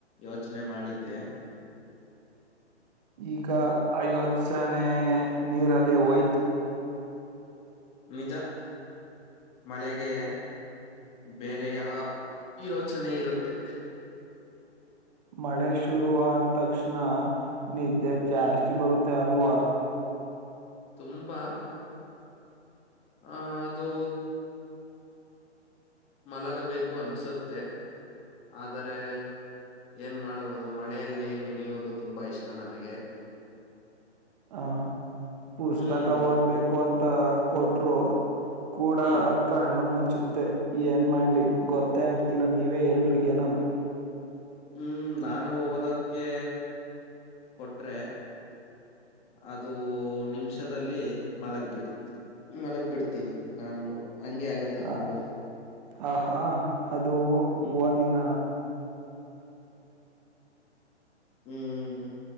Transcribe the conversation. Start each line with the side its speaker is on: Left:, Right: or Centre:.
Left: ಯೋಚನೆ ಮಾಡಿದ್ದೆ.
Right: ಈಗ ಅ ಯೋಚನೆ ನೀರಲ್ಲಿ ಒಯ್ತ್.
Left: ನಿಜ ಮಳೆಗೆ ಬೇರೆಯ ಯೋಚನೆ ಇರುತ್ತೆ.
Right: ಮಳೆ ಶುರು ಆದ ತಕ್ಷಣ ನಿದ್ದೆ ಜಾಸ್ತಿ
Left: ಹ್ಮ್
Right: ಬರುತ್ ತೆಲ್ವಾ <unintelligible>
Left: ತುಂಬಾ ಹ ಅದು ಮಲಗಬೇಕು ಅನ್ಸುತ್ತೆ ಆದರೆ ಏನ್ ಮಾಡುವುದು ಮಳೆಯಲ್ಲಿ ನೆನೆಯುವುದು ತುಂಬಾ ಇಷ್ಟ ನನಗೆ.
Right: ಹ ಪುಸ್ತಕ
Left: ಹ್ಮ್
Right: ಓದ್ಬೇಕು ಅಂತ ಕೊಟ್ಟರು ಕೂಡ
Left: ಹ್ಮ್
Right: ಕಣ್ಣು ಮುಚ್ ಚುತ್ತೆ ಏನ್ ಮಾಡ್ಲಿ ಗೊತ್ತೇ ಆಗ್ತಿಲ್ಲ ನೀವೇ ಹೇಳ್ರಿ ಏನಾನ
Left: ಹ್ಮ್ ನಾನು ಓದಕ್ಕೆ ಕೊಟ್ರೆ ಅದು ನಿಮಿಷದಲ್ಲಿ ಮಲಗ್ ಬಿಟ್ಟ ಮಲಗ್ ಬಿಡ್ತೀನಿ ನಾನುನು ಹಂಗೆ ಆಗುತ್ತೆ
Right: ಹ
Left: ನನ್ಗೂ
Right: ಆ ಹಾ ಅದು
Left: ಹ್ಮ್
Right: ಓದಿನ
Left: ಹ್ಮ್